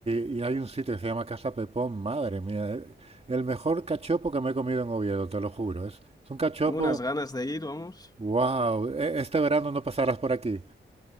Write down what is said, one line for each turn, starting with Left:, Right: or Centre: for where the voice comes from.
Right: y, y hay un sitio que se llama Casa Pepón, madre mía, eh, el mejor cachopo que me he comido en Oviedo, te lo juro, es, es un cachopo,
Left: Tengo unas ganas de ir, vamos.
Right: wow, este verano no pasarás por aquí.